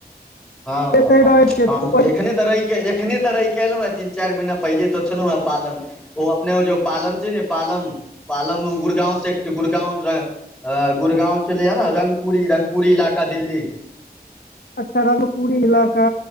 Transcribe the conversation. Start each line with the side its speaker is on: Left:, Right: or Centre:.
Centre: हँ
Left: एते रहै छियै
Centre: <unintelligible>
Left: ओहि
Centre: एखने तऽ रही एखने तऽ रैह कऽ एलौ हऽ तीन चाइर महिना पहिले तऽ छलौं हऽ पालम ओ अपने ओ जो पालन छै न पालम पालम मे गुड़गाँव सेट गुड़गाँव अ गुड़गाँव छलै ए न रंगपुरी रंगपुरी इलाका दिल्ली
Left: अच्छा रंगपूरी इलाका